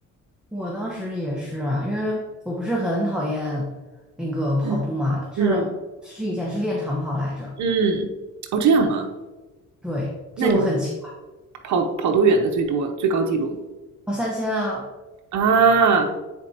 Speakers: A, in the centre; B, on the right (about 70°).
A: 我当时也是啊，因为我不是很讨厌那个跑步嘛，
B: 嗯
A: 但是是以前是练长跑来着，
B: 嗯嗯，哦这样吗？
A: 对，
B: 那你们
A: 就很奇怪，
B: 跑跑多远的最多最高记录
A: 跑三千啊，
B: 啊？